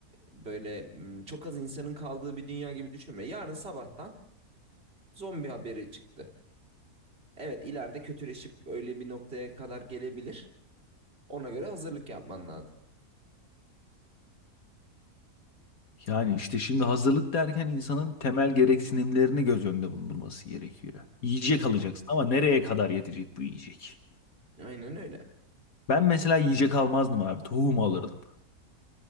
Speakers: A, on the right; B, on the left.
A: böyle m, çok az insanın kaldığı bir dünya gibi düşünme. Yarın sabahtan zombi haberi çıktı. Evet ileride kötüleşip öyle bir noktaya kadar gelebilir. Ona göre hazırlık yapman lazım.
B: Yani işte şimdi hazırlık derken insanın temel gereksinimlerini göz önünde bulundurması gerekiyor. Yiyecek
A: Hı hı.
B: alacaksın ama nereye kadar yetecek bu yiyecek?
A: Aynen öyle.
B: Ben mesela yiyecek almazdım abi. Tohum alırdım.